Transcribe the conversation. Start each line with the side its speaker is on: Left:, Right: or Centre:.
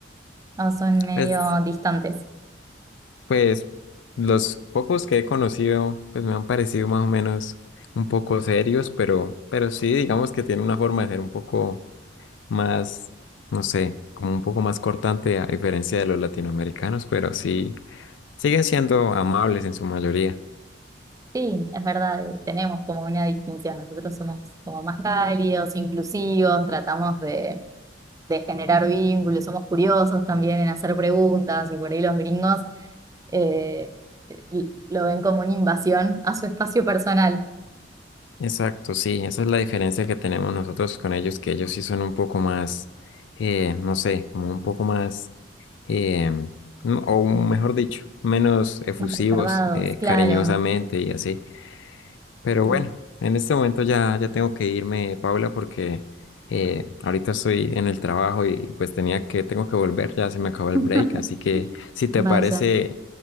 Right: o son medio
Left: Pues,
Right: distantes?
Left: pues los pocos que he conocido, pues me han parecido más o menos un poco serios, pero, pero sí, digamos que tienen una forma de ser un poco más, no sé, como un poco más cortante a diferencia de los latinoamericanos, pero sí, siguen siendo amables en su mayoría.
Right: Sí, es verdad, eh, tenemos como una distinción. Nosotros somos como más cálidos, inclusivos, tratamos de, de generar vínculos, somos curiosos también en hacer preguntas y por ahí los gringos eh, l- lo ven como una invasión a su espacio personal.
Left: Exacto, sí, esa es la diferencia que tenemos nosotros con ellos, que ellos sí son un poco más, eh, no sé, como un poco más, eh, no- o mejor dicho, menos efusivos,
Right: Más reservados,
Left: eh,
Right: claro.
Left: cariñosamente y así. Pero
Right: Sí.
Left: bueno, en este momento ya, ya tengo que irme, Paula, porque eh, ahorita estoy en el trabajo y pues tenía que, tengo que volver, ya se me acabó el
Right: <laughs>
Left: break, así que si te
Right: Vaya,
Left: parece,